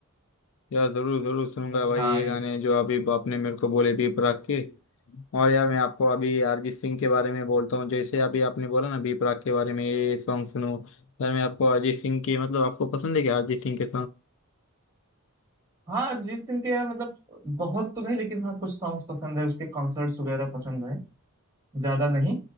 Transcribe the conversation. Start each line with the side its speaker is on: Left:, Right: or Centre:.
Left: यार जरूर जरूर सुनूंगा भाई
Right: हाँ
Left: ये
Right: ये
Left: गाने जो अभी आपने मेरे को बोले बी प्राक के और यार मैं आपको अभी अरिजीत सिंह के बारे में बोलता हूँ जैसे अभी आपने बोला ना बी प्राक के बारे में ये सॉन्ग सुनो यार मैं आपको अरिजीत सिंह की मतलब आपको पसंद है क्या अरिजीत सिंह के
Right: हाँ अरिजीत सिंह के यार मतलब बहुत तो नहीं लेकिन हाँ कुछ सॉन्ग्स पसंद है उसके कॉन्सर्ट्स वगैरह पसंद है ज्यादा नहीं